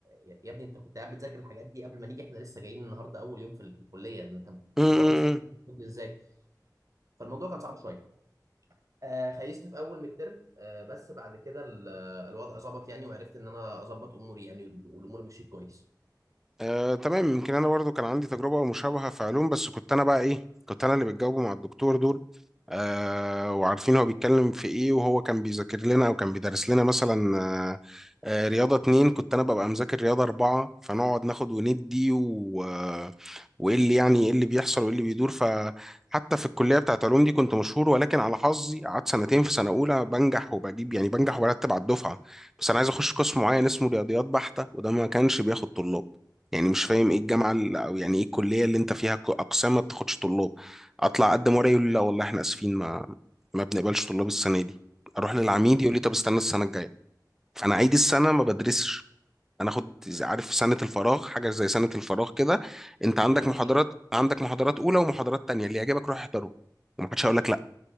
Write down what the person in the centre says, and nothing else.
امم
آه، تمام يمكن انا برضو كان عندي تجربه مشابهه في علوم بس كنت انا بقى ايه كنت انا اللي بتجاوبه مع الدكتور دول آه وعارفين هو بيتكلم في ايه وهو كان بيذاكر لنا او كان بيدرس لنا مثلا آه آه رياضه اتنين كنت انا ببقى مذاكر رياضه اربعه فنقعد ناخد وندي و آه، وايه اللي يعني ايه اللي بيحصل وايه اللي بيدور فحتى في الكليه بتاعت علوم دي كنت مشهور ولكن على حظي قعدت سنتين في سنه اولى بنجح وبجيب يعني بنجح وبرتب على الدفعه بس انا عايز اخش قسم معين اسمه رياضيات بحته وده ما كانش بياخد طلاب يعني مش فاهم ايه الجامعه
اللي او يعني ايه الكليه اللي انت فيها ك- اقسام ما بتاخدش طلاب اطلع اقدم ورقه يقول لي لا والله احنا اسفين ما ما بنقبلش طلاب السنه دي اروح للعميد
يقول لي طب استنى السنه الجايه فانا عيد السنه ما بدرسش انا اخد زي- عارف سنه الفراغ حاجه زي سنه الفراغ كده انت عندك
محاضرات عندك محاضرات اولى ومحاضرات تانية اللي يعجبك روح احضره ومحدش هيقول لك لا